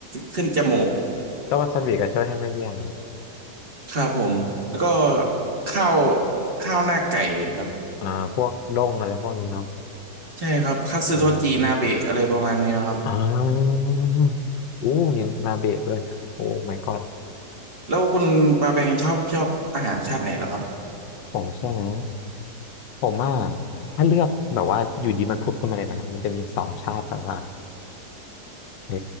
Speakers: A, on the right (about 35°); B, on the left (about 90°).
A: ขึ้นจมูก <laughs>
B: <laughs> ก็วาซาบิก็ช่วยให้ไม่เลี่ยนเนาะ
A: ครับผมแล้วก็ข้าวข้าวหน้าไก่ครับ
B: อ่าพวกด้งอะไรพวกนี้เนาะ
A: ใช่ครับคัตสึโทจินาเบะอะไรประมาณเนี้ยครับ
B: อืม อ่าอู้มีนาเบะด้วยโอ้ my god
A: แล้วคุณปาแปงชอบชอบอาหารชาติไหนเหรอครับ
B: ผมใช่ไหมผมอ่ะถ้าเลือกแบบว่าอยู่ดีมันพุดขึ้นมาเลยนะมันจะมีสองชาติแบบว่าเออ